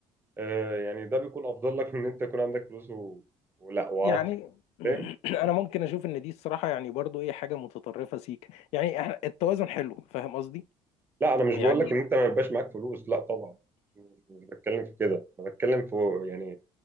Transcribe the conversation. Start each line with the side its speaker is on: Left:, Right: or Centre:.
Right: آه يعني ده بيكون افضل لك من ان انت يكون عندك فلوس و... ولا وعاطل
Left: يعني <clears throat>
Right: فاهم
Left: أنا ممكن أشوف إن دي الصراحة يعني برضو إيه حاجة متطرفة سيك يعني إحنا- التوازن حلو فاهم قصدي؟
Right: لا انا مش
Left: يعني
Right: بقول لك ان انت ما يبقاش معاك فلوس لا طبعا مش بتكلم في كده انا بتكلم في يعني